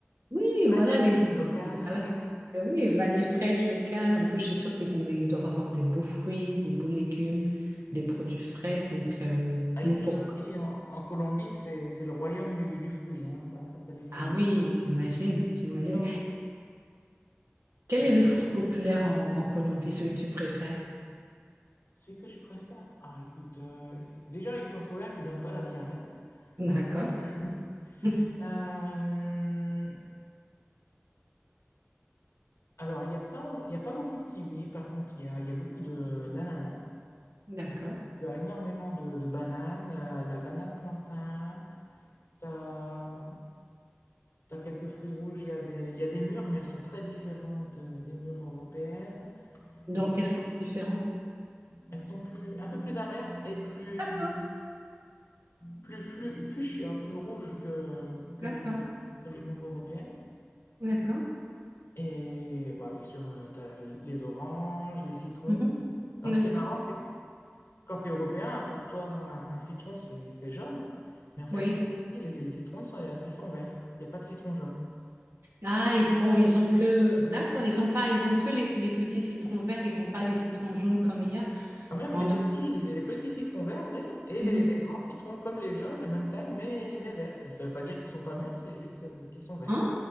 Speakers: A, on the right (about 75°); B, on the left (about 70°).
A: Oui,
B: fraîche,
A: voilà les.
B: euh, locale.
A: voilà.
B: <laughs>
A: Euh, Oui, vanille fraîche locale. En plus, je suis sûre qu'ils ont des, ils doivent avoir des beaux fruits, des beaux légumes,
B: Mhm.
A: des produits frais. Donc, euh,
B: Ah, ici
A: donc pourquoi?
B: aussi, en, en Colombie, c'est c'est le royaume du, du fruit. Hein. T'as, t'as des fruits
A: Ah
B: exotiques,
A: oui, j'imagine,
B: euh,
A: j'imagine.
B: tout le temps.
A: Quel
B: C'est
A: est le fruit populaire en, en Colombie, celui que tu préfères?
B: celui que je préfère. Ah, écoute, euh, déjà, il faut en trouver un qui donne pas la diarrhée.
A: D'accord,
B: Euh, <laughs>
A: <laughs>
B: euh, alors, il n'y a pas, il y a pas beaucoup de kiwis. Par contre, il y a, il y a beaucoup de, d'ananas.
A: d'accord.
B: Tu as énormément de, de bananes, euh, la banane plantain, tu as, quelques fruits rouges, il y a des, il y a des mûres, mais elles sont très différentes de- des mûres européennes.
A: Dans
B: Et
A: quel sens différente?
B: elles sont plus, un peu plus amères et plus,
A: D'accord,
B: plus flu- fuchsia, plus rouges que, que
A: d'accord,
B: les mûres, que les mûres européennes.
A: d'accord.
B: Et bon, bien sûr, tu as les oranges, les citrons.
A: Mhm.
B: Alors,
A: D'accord.
B: ce qui est marrant, c'est Quand tu es européen, pour toi, un, un citron, c'est c'est jaune. Mais en fait,
A: Oui.
B: non, ici, les, les citrons, ils sont, ils sont verts. Il n'y a pas de citron jaune.
A: Ah, ils font, ils ont que, d'accord, ils ont pas, ils ont que les, les petits citrons verts, ils ont pas les citrons jaunes comme hier.
B: Quand même,
A: En
B: les petits, les petits citrons verts, oui, et les,
A: Mhm.
B: les grands citrons comme les jaunes, la même taille, mais, mais verts. Et ça ne veut pas dire qu'ils sont pas mûrs, c'est juste euh, qu'ils sont verts.
A: Ah,